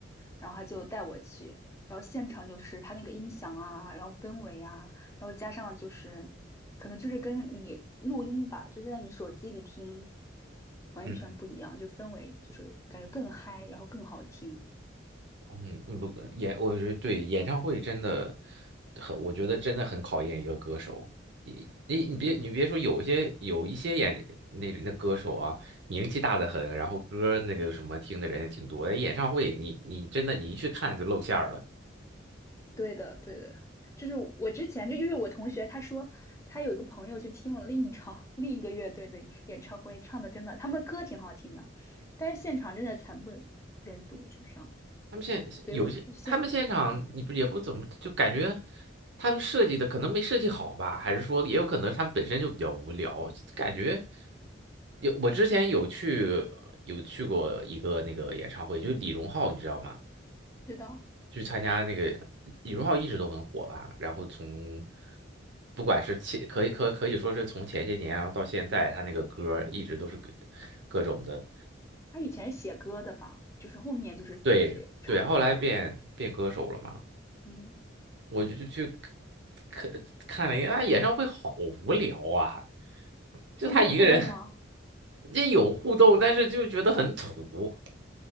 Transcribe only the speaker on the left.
然后他就带我去，然后现场就是他那个音响啊，然后氛围啊，然后加上就是可能就是跟你录音吧，就是在你手机里听完全不一样，
就氛围就是感觉更嗨，然后更好听。
对的，对的，就是我之前就因为我同学他说他有一个朋友去听了另一场 <laughs> 另一个乐队的演唱会，唱的真的他们的歌挺好听的，但是现场真的惨不忍睹，就这样。
所以我现嗯
知道。
他以前写歌的吧，就是后面就是自己唱歌了。
嗯，
他没有互动吗？